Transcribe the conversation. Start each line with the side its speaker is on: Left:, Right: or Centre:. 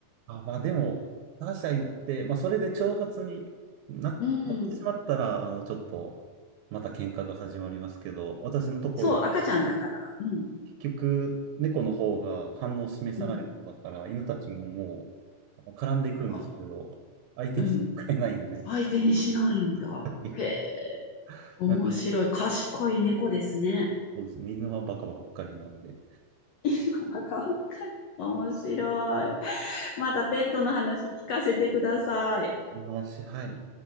Right: あ、まあでも、他社言って、まあそれで挑発になってしまったら、
Left: うん。
Right: あの、ちょっと、また喧嘩が始まりますけど、私のところ、
Left: そう、赤ちゃんだから。うん。
Right: 結局、猫の方が反応を示さないもんだから、
Left: うん。
Right: 犬たちももう、あの絡んでいくんですけど、
Left: あ、
Right: 相手にしてくれないんで、
Left: うん。相手にしないんだ。
Right: <laughs>
Left: へえ。面白い。
Right: なんか
Left: 賢い猫ですね。
Right: そうですね、犬はバカばっかりなんで、
Left: <laughs> なんか、面白い。またペットの話聞かせてください。
Right: まあ私、はい、